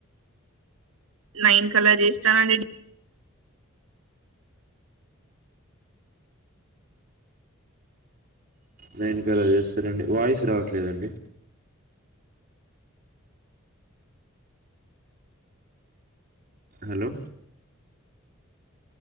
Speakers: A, on the right (about 75°); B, on the right (about 45°).
A: నైన్ కలా చేస్తానండి
B: నైన్ కలా చేస్తరండి వాయిస్ రావట్లేదండి. హలో